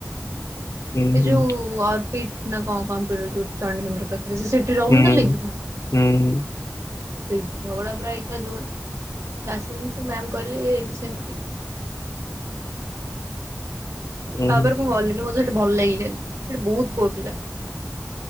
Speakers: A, on the left; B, on the right.
A: ହୁଁ
B: ଏ
A: ହୁଁ।
B: ଯୋଉ ଅର୍ପିଟ ନା କଣ କମ୍ପ୍ୟୁଟର ଯୋଉ ଚଣ୍ଡୀ ମନ୍ଦିର ପାଖରେ। ସେ ସେଇ ରହୁନଥିଲେ
A: ହୁଁ
B: କି ପୁଣି?
A: ହୁଁ
B: ସେଇ ଝଗଡ଼ା ପୁରା ହେଇଥିଲା ଜୋରେ ଆସିଲି ସେ ମ୍ୟାମ୍ କହିଲେ ଏମତି ସେମିତି।
A: ହୁଁ
B: ତାପରେ ମୁଁ ଗଲିନି ମତେ ସେଠି ଭଲ ଲାଗିଲାନି ସେଠି ବହୁତ ପୁଅ ପିଲା।